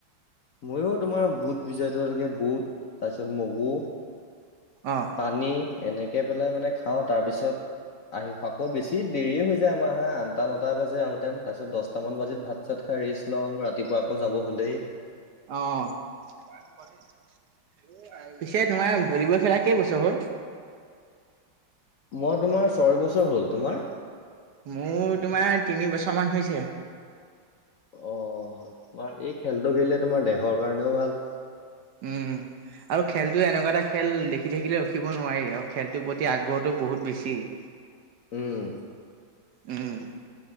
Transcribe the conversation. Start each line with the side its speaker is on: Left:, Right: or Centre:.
Left: মইো তোমাৰ বুট ভিজাই থাকে বুট তাৰপিছত মগু
Right: অহ।
Left: পানী এনেকে পেলাই মানে খাওঁ তাৰ পিছত আহি আকৌ বেছি দেৰি হৈ যায়। আহা আঠটা নটা বাজি আহোঁতেন তাৰপিছত দহটামান বাজিত ভাত চাত খাই ৰেষ্ট লওঁ ৰাতিপুৱা আকৌ যাব হ'লেই।
Right: অ', পিছে তোমাৰ ভলীবল খেলা কেই বছৰ হল।
Left: মই তোমাৰ ছয় বছৰ হ'ল তোমাৰ?
Right: মোৰ তোমাৰ তিনি বছৰমান হৈছে।
Left: অ', তোমাৰ এই খেলটো খেলিলে তোমাৰ দেহৰ কাৰণেও ভাল।
Right: উম। আৰু খেলটো এনেকুৱা এটা খেল দেখি থাকিলে ৰখিব নোৱাৰি আৰু খেলটোৰ প্ৰতি আগ্ৰহটো বহুত বেছি। <inaudible>
Left: উম।
Right: উম।